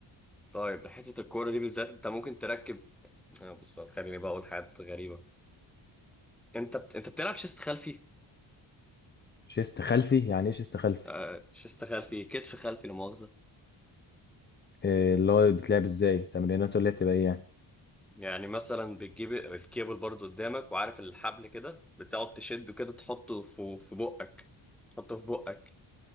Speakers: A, in the centre; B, on the left.
A: طيب حته الكوره دي بالذات انت ممكن تركب آه، بص خليني بقى اقول حاجات غريبه انت بت... انت بتلعب شيست خلفي
B: شيست خلفي يعني ايه شيست خلفي
A: آه، شيست خلفي كتف خلفي لا مؤاخذه
B: آه، اللي هو بيتلعب ازاي تمريناته اللي هي بتبقى ايه يعني
A: يعني مثلا بتجيب الكيبل برضو قدامك وعارف الحبل كده بتقعد تشده كده تحطه في في بقك تحطه في بقك